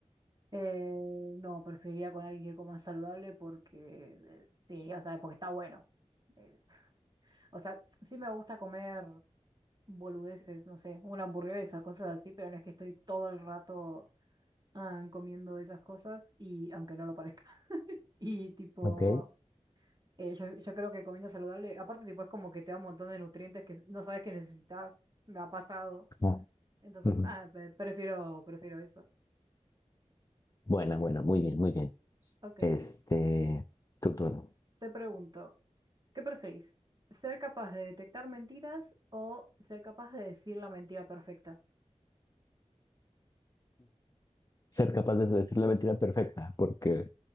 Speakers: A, on the right (about 35°); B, on the left (about 30°).
A: Eh, no, preferiría con alguien que coma saludable porque eh, sí, o sea, porque está bueno. Eh, o sea, sí me gusta comer boludeces, no sé, una hamburguesa, cosas así, pero no es que estoy todo el rato ah, comiendo esas cosas y aunque no lo parezca. <laughs> Y tipo,
B: Ok.
A: eh, yo, yo creo que comiendo saludable, aparte tipo es como que te da un montón de nutrientes que no sabes que necesitas, me ha pasado.
B: Ah,
A: Entonces,
B: ujú.
A: nada, pre- prefiero, prefiero eso.
B: Buena,
A: Ok,
B: buena, muy bien, muy bien.
A: ok.
B: Este, tu turno.
A: Te pregunto. ¿Qué preferís? ¿Ser capaz de detectar mentiras o ser capaz de decir la mentira perfecta?
B: ser capaz de decir la mentira perfecta, porque